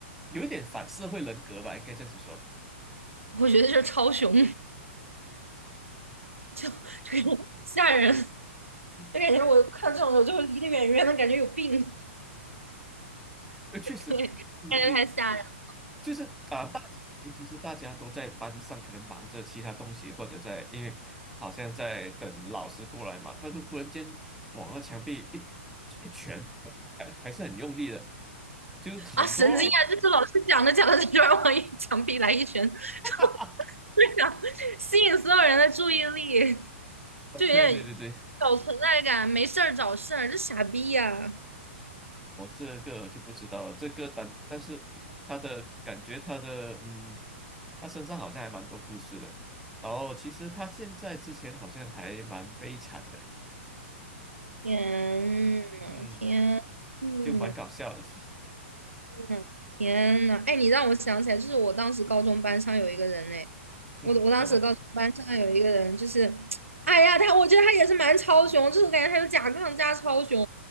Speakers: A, in the centre; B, on the right.
A: 有一点反社会人格吧，应该这样子说。
B: 我觉得这超雄，<laughs> 就是吓人，
A: 哦，嗯
B: 就感觉我看这种我就离得远远的，感觉有病，
A: 呃，确实，
B: 对，
A: 你你
B: 感觉太吓人了
A: 就是啊，大家诶其实大家都在班上可能忙着其他东西，或者在因为好像在等老师过来嘛，他就忽然间往那墙壁一一拳，还还是很用力的，就很多，
B: 啊！神经啊！这这老师讲着讲着，他突然往一墙壁来一拳，<laughs>
A: <laughs> 哈，
B: 然后就想吸引所有人的注意力，就有点搞存在感，
A: 对对对对。
B: 没事儿找事儿，这傻逼呀、
A: 我这个就不知道了，这个但但是他的感觉，他的嗯，他身上好像还蛮多故事的。然后其实他现在之前好像还蛮悲惨的，
B: 天呐，
A: 嗯，
B: 天呐！
A: 就蛮搞笑的。<laughs>
B: 嗯，天呐，哎，你让我想起来，就是我当时高中班上有一个人哎，
A: 嗯哼，
B: 我我当时高中班上有一个人，
A: 怎么？
B: 就是，<tsk> 哎呀，他我觉得他也是蛮超雄，就是我感觉他有甲亢加超雄，